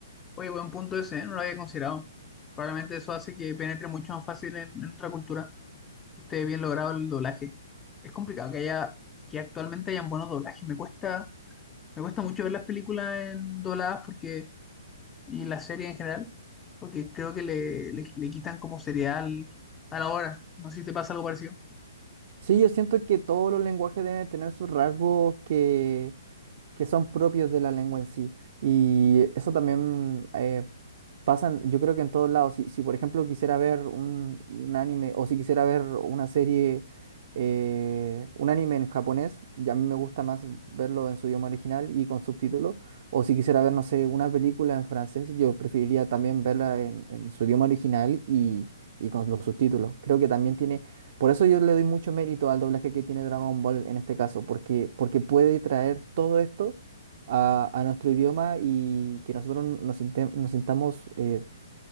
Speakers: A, on the left; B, on the right.
A: Oye, buen punto ese, ¿eh? No lo había considerado. Probablemente eso hace que penetre mucho más fácil en, en otra cultura, que esté bien logrado el doblaje. Es complicado que haya, que actualmente hayan buenos doblajes. Me cuesta Me cuesta mucho ver las películas en dobladas porque, y las series en general, porque creo que le, le, le quitan como serial a la hora. No sé si te pasa algo parecido.
B: Sí, yo siento que todos los lenguajes deben tener sus rasgos que, que son propios de la lengua en sí. Y eso también eh, pasa, en- yo creo que en todos lados. Si, si por ejemplo quisiera ver un, un anime o si quisiera ver una serie, eh, un anime en japonés, y a mí me gusta más verlo en su idioma original y con subtítulos. O si quisiera ver, no sé, una película en francés, yo preferiría también verla en, en su idioma original y, y con los subtítulos. Creo que también tiene por eso yo le doy mucho mérito al doblaje que tiene Dragon Ball en este caso, porque, porque puede traer todo esto a, a nuestro idioma y que nosotros nos, sinte- nos sintamos eh,